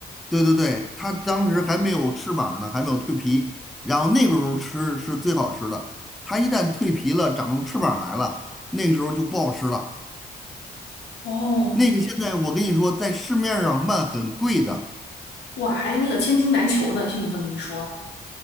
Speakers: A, in the centre; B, on the left.
A: 对对对，它当时还没有翅膀呢，还没有蜕皮，然后那个时候吃是最好吃的。它一旦蜕皮了，长出翅膀来了，那个时候就不好吃了。
B: 哦。
A: 那个现在我跟你说，在市面上卖很贵的，
B: 哇，还那个千金难求呢。听你这么一说，